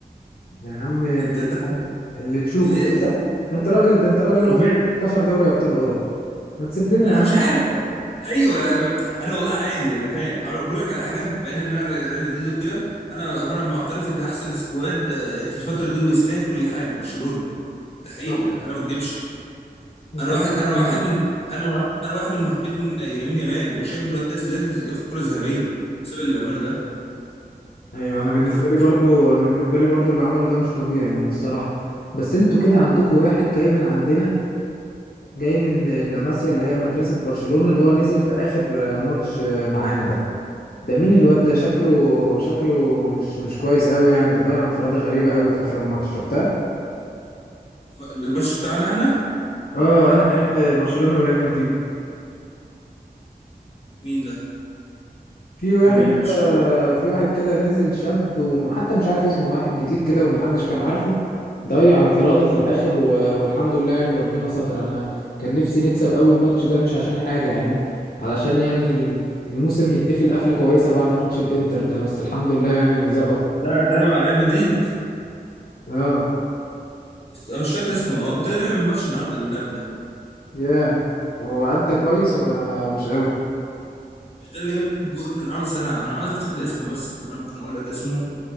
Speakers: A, on the left (about 65°); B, on the left (about 35°).
A: يا عم
B: انت انت حر-
A: اللي تشوفه
B: ليه-
A: ده انت
B: ليه
A: انت راجل ده انت راجل واخد
B: حرفيا
A: 15 دوري ابطال اوروبا ما تسيب لنا يا
B: انا
A: عم
B: مش عارف ايوه انا والله عادي انا فاهم بقول لك على حاجه بعيد ان انا ريال مدريد وكده انا انا معترف ان ده احسن سكواد آه، في الفتره دي ويستاهل كل حاجه برشلونه ده حقيقه
A: واحد
B: انا ما اكدبش
A: انت
B: انا واحد
A: كده
B: انا
A: تمام
B: واحد من انا وا- انا واحد من محبين يمين يامال وشايف ان الواد ده لازم ياخد كرة ذهبية بسبب اللي بيعمله ده
A: ايوه انا بالنسبه
B: انا ح-
A: لي برضو انا بالنسبه لي برضو اللي عمله ده مش طبيعي يعني الصراحه بس انتوا كده عندكم واحد جاي من عندنا جاي من لاماسيا اللي هي مدرسه برشلونه اللي هو نزل في اخر آه، ماتش آه، معانا ده ده مين الواد ده شكله شكله مش مش كويس قوي يعني ده ضيع انفراده غريبه قوي في اخر الماتش شفتها
B: الماتش بتاعنا احنا
A: اه انا أح... آه، برشلونه وريال مدريد
B: مين ده
A: في واحد
B: كان مين
A: كده
B: أنا مش فاكر.
A: في واحد كده نزل شاب وحتى مش عارف اسمه واحد جديد كده ومحدش كان عارفه ضيع انفرادة في الاخر و... والحمد لله يعني ربنا ستر انا كان نفسي نكسب اول ماتش ده مش عشان حاجة يعني علشان يعني الموسم يتقفل قفلة كويسة بعد ماتش الانتر ده بس الحمد لله يعني ظبط
B: ده ده مع ريال مدريد
A: اه
B: انا مش فاكر اسمه هو بتاع اللي لعب الماتش النهارده اللي لعب ده
A: ياه وأدى كويس
B: اه
A: ولا مش
B: مش ده اللي جاب الجول النهارده استنى انا عايز افتكر اسمه بس انا ممكن اقول لك اسمه